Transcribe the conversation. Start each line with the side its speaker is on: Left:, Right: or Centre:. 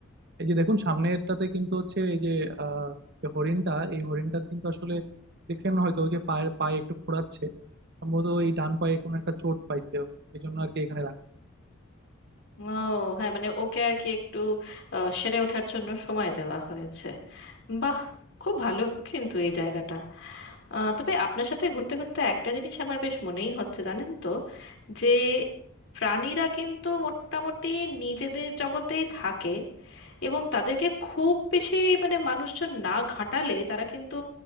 Right: এই যে দেখুন সামনেরটাতে কিন্তু হচ্ছে এই যে আহ যে হরিণটা এই হরিণটার কিন্তু আসলে দেখছেন হয়তো যে পায়ের পায়ে একটু খোঁড়াচ্ছে সম্ভবত এই ডান পায়ে কোনো একটা চোট পাইছে ও। এই জন্য আর কি এখানে রাখছে
Left: ও হ্যাঁ মানে ওকে আর কি একটু আহ, সেরে ওঠার জন্য সময় দেওয়া হয়েছে বাহ খুব ভালো কিন্তু এই জায়গাটা আহ, তবে আপনার সাথে ঘুরতে ঘুরতে একটা জিনিস আমার বেশ মনেই হচ্ছে জানেন তো যে প্রাণীরা কিন্তু মোটামুটি নিজেদের জগতেই থাকে এবং তাদেরকে খুব বেশি মানে মানুষজন না ঘাঁটালে তারা কিন্তু